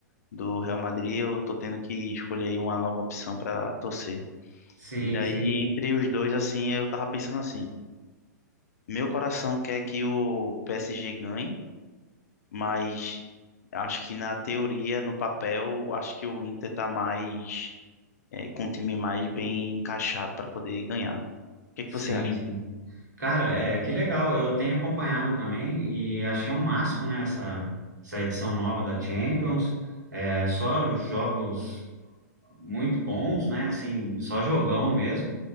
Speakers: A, on the left; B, on the right.
A: do Real Madrid, eu tô tendo que escolher aí uma nova opção para torcer.
B: Sim,
A: E daí,
B: sim,
A: entre os dois, assim, eu tava pensando assim: meu coração quer que o PSG ganhe, mas acho que na teoria, no papel, acho que o Inter tá mais, eh, com um time mais bem encaixado para poder ganhar. O que que
B: sim,
A: você acha?
B: sim. Cara, é, que legal. Eu tenho acompanhado também e achei um máximo, né, essa, essa edição nova da Champions. É, só jogos muito bons, né? Assim, só jogão mesmo.